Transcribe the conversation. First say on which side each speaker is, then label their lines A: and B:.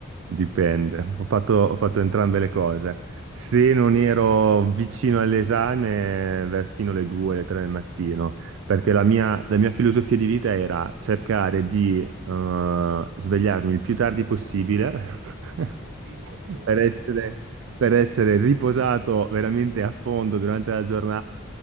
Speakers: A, on the right (about 70°); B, on the right (about 45°).
A: dipende. Ho fatto, ho fatto entrambe le cose. Se non ero vicino all'esame, beh, fino alle 2, alle 3 del mattino, perché la mia, la mia filosofia di vita era cercare di eh, svegliarmi il più tardi possibile
B: <laughs>
A: <laughs>
B: Tipo a che ora?
A: per essere, per essere riposato veramente a fondo durante la giornata,